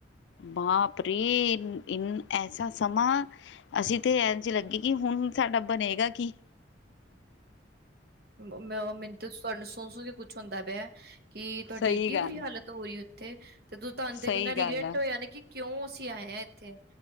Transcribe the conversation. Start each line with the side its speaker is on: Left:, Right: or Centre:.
Left: ਬਾਪਰੇ ਇਨ ਐਸਾ ਸਮਾਂ ਅਸੀਂ ਤੇ ਐਨ ਚ ਲੱਗੇ ਕਿ ਹੁਣ ਸਾਡਾ ਬਣੇਗਾ ਕੀ
Right: ਮੈਨੂੰ ਤੁਹਾਡੇ ਸੁਣ ਸੁਣ ਕੇ ਕੁਛ ਹੁੰਦਾ ਪਿਆ ਕਿ ਤੁਹਾਡੀ
Left: ਸਹੀ
Right: ਏਡੀ
Left: ਗੱਲ
Right: ਬੁਰੀ ਹਾਲਤ ਹੋ ਰਹੀ ਉੱਥੇ ਤੇ ਤੂੰ ਤੁਹਾਨੂੰ ਤੇ
Left: ਸਹੀ
Right: ਕਿੰਨਾ ਰਿਗਰੈਟ
Left: ਗੱਲ ਆ
Right: ਹੋਇਆ ਨਾ ਕਿ ਕਿਉਂ ਅਸੀਂ ਆਏ ਹਾਂ, ਇੱਥੇ?